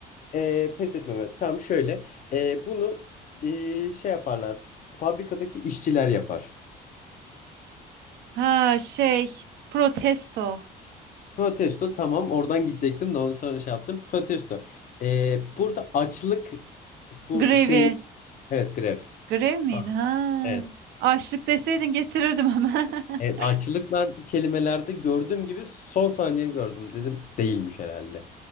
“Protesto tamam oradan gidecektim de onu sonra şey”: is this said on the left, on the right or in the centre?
Left